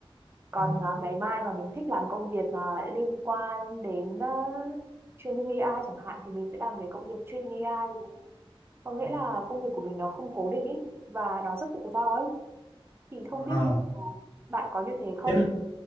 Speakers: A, on the right; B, on the left.
A: Còn
B: Ừ.
A: à, ngày mai mà mình thích làm công việc à, liên quan đến à, training AI chẳng hạn thì mình sẽ làm về công việc training AI có nghĩa
B: Ừ.
A: là công việc của mình nó không cố định ý và nó rất tự do ấy thì không biết
B: À,
A: là bạn có như thế không
B: thế là-